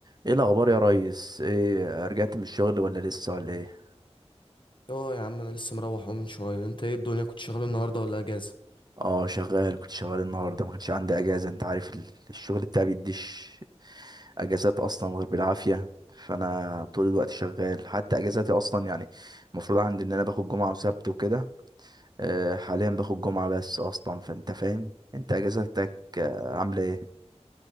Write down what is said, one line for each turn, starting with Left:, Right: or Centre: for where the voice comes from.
Right: ايه الاخبار يا ريس ايه رجعت من الشغل ولا لسه ولا ايه
Left: اه يا عم انا لسه مروح اهو من شويه انت ايه الدنيا كنت شغال النهارده ولا اجازه
Right: اه شغال كنت شغال النهارده ما كانش عندي اجازه انت عارف ال- الشغل بتاعي بيديش اجازات اصلا غير بالعافيه فانا طول الوقت شغال حتى اجازاتي اصلا يعني المفروض عندي ان انا باخد جمعه وسبت وكده آه، حاليا باخد جمعه بس اصلا فانت فاهم انت اجازاتك آه، عامله ايه